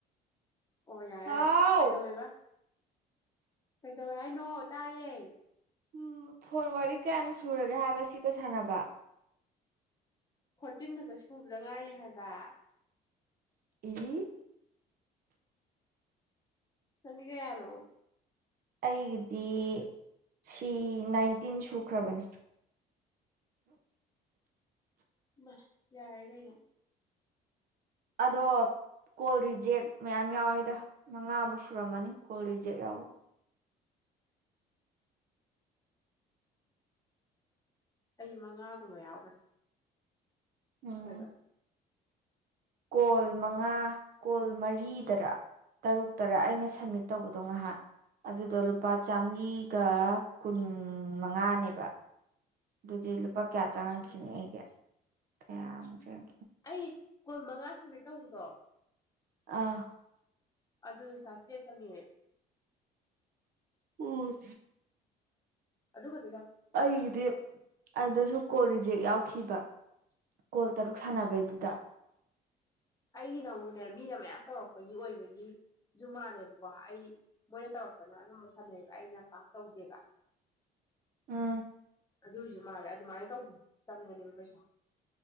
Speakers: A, on the left; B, on the right.
A: ꯑꯣ ꯌꯥꯔꯦꯔꯦ
B: ꯍꯥꯎ
A: ꯀꯩꯗꯧꯋꯦꯕ ꯀꯩꯗꯧꯋꯦ ꯍꯥꯏꯅꯣ ꯇꯥꯏꯌꯦ
B: ꯎꯝ ꯐꯣꯟ ꯋꯥꯔꯤ ꯀꯌꯥꯃ ꯁꯨꯔꯒꯦ ꯍꯥꯏꯕ ꯁꯤꯒ ꯁꯥꯟꯅꯕ
A: ꯐꯣꯔꯇꯤꯟ ꯈꯛꯇ ꯁꯨꯕꯗ ꯉꯥꯏꯔꯤ ꯍꯥꯏꯕ
B: ꯏ
A: ꯆꯪꯒꯤ ꯀꯌꯥꯅꯣ
B: ꯑꯩꯒꯤꯗꯤ ꯁꯤ ꯅꯥꯏꯟꯇꯤꯟ ꯁꯨꯈ꯭ꯔꯕꯅꯦ
A: ꯏꯃꯥꯏ ꯌꯥꯔꯦ ꯀꯩꯅꯣ
B: ꯑꯗꯣ ꯀꯣꯜ ꯔꯤꯖꯦꯛ ꯃꯌꯥꯝ ꯌꯥꯎꯋꯤꯗ ꯃꯉꯥꯃꯨꯛ ꯁꯨꯔꯝꯃꯅꯤ ꯀꯣꯜ ꯔꯤꯖꯦꯛ ꯌꯥꯎꯕ
A: ꯑꯩꯁꯨ ꯃꯉꯥꯒꯨꯝꯕ ꯌꯥꯎꯈ꯭ꯔꯦ
B: ꯎꯝ
A: ꯁꯣꯏꯕ
B: ꯀꯣꯜ ꯃꯉꯥ ꯀꯣꯜ ꯃꯔꯤꯗꯔ ꯇꯔꯨꯛꯇꯔꯥ ꯑꯩꯅ ꯁꯝꯃꯤꯠ ꯇꯧꯕꯗꯣ ꯉꯥꯍꯥꯛ ꯑꯗꯨꯗꯣ ꯂꯨꯄꯥ ꯆꯥꯝꯔꯤꯒ ꯀꯨꯟ ꯃꯉꯥꯅꯦꯕ ꯑꯗꯨꯗꯤ ꯂ ꯄ ꯀꯌꯥ ꯆꯪꯉꯛꯈꯤꯅꯤ
A: ꯎꯝ
B: ꯑꯩꯒ ꯀꯌꯥꯃꯨꯛ ꯆꯡ
A: ꯑꯩ ꯀꯨꯜ ꯃꯉꯥ ꯁꯨꯃꯤꯠ ꯇꯧꯕꯗꯣ
B: ꯑꯥ
A: ꯑꯗꯨ ꯆꯥꯇꯔ꯭ꯦꯠ ꯆꯪꯉꯦ
B: ꯎꯝ
A: ꯑꯗꯨ ꯈꯛ
B: ꯑꯩꯒꯤꯗꯤ ꯑꯗꯁꯨ ꯀꯣꯔꯤꯖꯦꯛ ꯌꯥꯎ ꯍꯧꯈꯤꯕ ꯀꯣꯜ ꯇꯔꯨꯛ ꯁꯥꯟꯅꯕꯩꯗꯨꯗ
A: ꯑꯩꯒꯤꯅ ꯑꯃꯨꯛꯅꯦ ꯃꯤꯅ ꯃꯌꯥꯝ ꯇꯧꯔꯛꯄꯒꯤ ꯑꯣꯏꯕꯒꯤꯁꯨ ꯃꯥꯜꯂꯦꯕꯀꯣ ꯑꯩ ꯃꯣꯏꯅ ꯇꯧꯔꯛꯄꯅ ꯑꯗꯨꯝꯕ ꯁꯥꯟꯅꯩꯑꯕ ꯑꯩꯅ ꯄꯥꯛ ꯇꯧꯗꯦꯕ
B: ꯎꯝ
A: ꯑꯗꯨꯒꯤꯁꯨ ꯃꯥꯜꯂꯦ ꯑꯗꯨꯃꯥꯏꯅ ꯇꯧꯕ ꯆꯪꯒꯅꯦꯕ ꯄꯩꯁꯥ